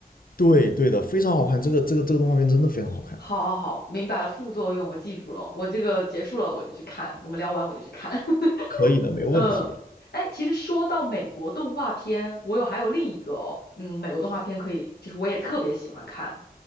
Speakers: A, on the left (about 60°); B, on the left (about 80°).
A: 对对的，非常好看，这个这个这个动画片真的非常好看。
B: 好好好，明白了，副作用我记住了，我这个结束了我就去看，我们聊完我就去看。<laughs>
A: 可以的，没问题。
B: 嗯，哎，其实说到美国动画片，我有还有另一个哦，嗯，美国动画片可以，就是我也特别喜欢看，